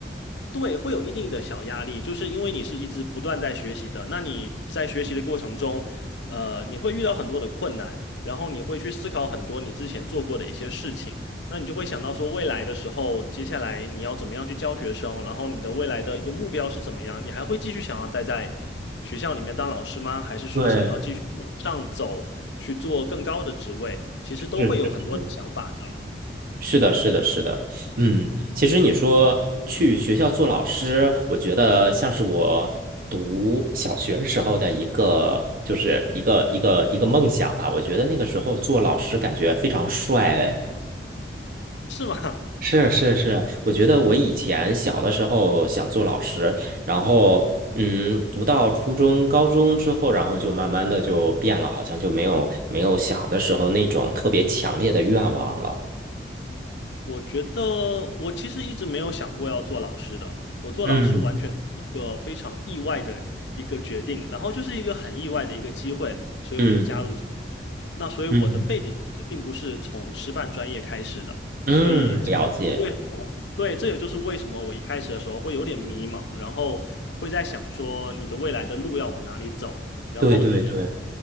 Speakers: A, on the left; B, on the right.
A: 对，会有一定的小压力，就是因为你是一直不断在学习的，那你在学习的过程中，呃，你会遇到很多的困难，然后你会去思考很多你之前做过的一些事情，那你就会想到说未来的时候，接下来你要怎么样去教学生，然后你的未来的一个目标是怎么样，你还会继续想要待在学校里面当老师吗？还是说想要继续往上走，
B: 对，
A: 去做更高的职位？其实都会有很多的想法在，
B: 是是是，是的，是的，是的，嗯，其实你说去学校做老师，我觉得像是我读小学时候的一个，就是一个一个一个梦想吧。我觉得那个时候做老师感觉非常帅，哎
A: 是吗？<laughs>
B: 是是是，我觉得我以前小的时候想做老师，然后嗯，读到初中、高中之后，然后就慢慢的就变了，好像就没有没有小的时候那种特别强烈的愿望了。
A: 我觉得我其实一直没有想过要做老师的，我做老师完全是一个非常意外的一个决定，
B: 嗯
A: 然后就是一个很意外的一个机会，所以我就加入进去了。
B: 嗯
A: 那所以我的背景其实并不是从师范专业开始的，
B: 嗯嗯，
A: 所以这就是为什么？
B: 了解，
A: 对，这也就是为什么我一开始的时候会有点迷茫，然后会在想说你的未来的路要往哪里走。然后你
B: 对对对，